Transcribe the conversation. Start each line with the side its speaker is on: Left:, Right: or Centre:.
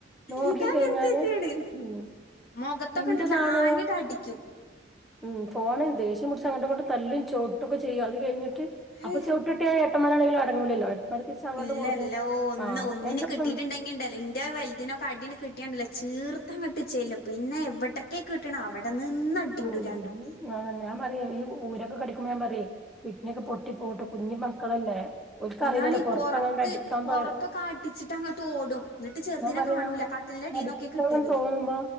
Centre: നോക്കിക്കഴിഞ്ഞാല്
Left: ഇതങ്ങനെ തന്നെയാണ്
Centre: ഉ
Left: മുഖത്തൊക്കെ
Centre: എന്റെ
Left: കണ്ടിട്ടില്ല
Centre: നാണ്
Left: ആഞ്ഞിട്ട് അടിക്കും
Centre: ഉം പോണ് ദേഷ്യംപിടിച്ചങ്ങട്ട കൊണ്ട് തല്ലും ചോട്ടൊക്കെ ചെയ്യും അത് കഴിഞ്ഞ
Left: ഹൈ,
Centre: അപ്പ ചുവട്ടിട്ട എട്ട്മാനാണെങ്കിലും അടങ്ങൂലല്ലോ ഏട്ടന്മാര് തിരിച്ച് അങ്ങോട്ടും
Left: ഇല്ലല്ല
Centre: കൊടുക്കും
Left: ഓ ഒന്ന്
Centre: ആഹ്
Left: ഒന്നിന്
Centre: എന്തപ്പം
Left: കിട്ടീയിട്ടുണ്ടെങ്കി ഉണ്ടല്ലോ ഇന്റെ വലുതിനൊക്കെ അടിന് കിട്ടിയണ്ടല്ലോ? ചീർത്തം കിട്ടിച്ചേല്ല പിന്നെ എവിടക്കൊക്കെ കിട്ടണം അവിടെ നിന്ന് അടികൂടും
Centre: ഉ
Left: രണ്ടും
Centre: അങ്ങന ഞാൻ പറ ഈ ഊര കിക്ക പറ വട്ടനക്ക് പൊട്ടി പോട്ട് കുഞ്ഞി മക്കളല്ലേ ഒക്കറിയില്ലല്ലോ
Left: അതാണ് ഈ
Centre: പറത്തങ്ങ
Left: പുറത്ത്
Centre: അടിക്കാൻ
Left: പുറത്തൊക്കെ
Centre: പ
Left: അടിച്ചിട്ട് അങ്ങോട്ട് ഓടും എന്നിട്ട് ചെറുതിനെ
Centre: ആ പറയാ
Left: കാണൂല കട്ടിലിന്റെ അടിയിൽ
Centre: അടിക്കളം
Left: നിന്നൊക്കെ കിട്ടിയ പിന്നെ
Centre: തോന്നുമ്പോ